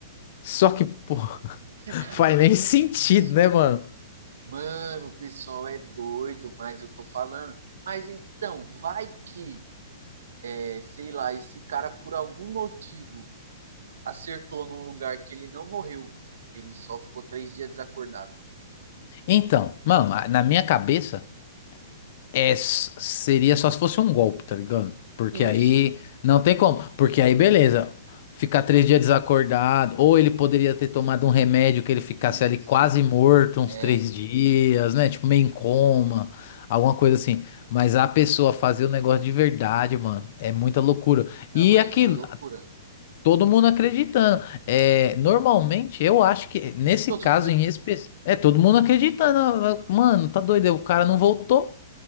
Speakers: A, on the left; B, on the right.
A: Só que, pô, <laughs>
B: Ficaram
A: faz
B: <laughs>
A: nem
B: três
A: sentido,
B: dias.
A: né, mano?
B: Mano, o pessoal é doido, mas eu tô falando. Mas então, vai que, é, sei lá, esse cara, por algum motivo, acertou num lugar que ele não morreu. Ele só ficou três dias desacordado.
A: Então, mano, a- na minha cabeça é, s- seria só se fosse um golpe, tá ligado? Porque
B: Isso,
A: aí não tem como. Porque aí, beleza, ficar três dias desacordado, ou ele poderia ter tomado um remédio que ele ficasse
B: isso.
A: ali quase morto uns
B: É,
A: três dias, né? Tipo, meio em coma, alguma coisa assim. Mas a pessoa fazer o negócio de verdade, mano, é muita loucura.
B: não,
A: E
B: aí
A: aquilo,
B: foi loucura.
A: Todo mundo acreditando. É, normalmente, eu acho que nesse
B: Todo
A: caso
B: mundo... é
A: em específico. É, todo mundo acreditando. Ah, ah, Mano, tá doido. O cara não voltou.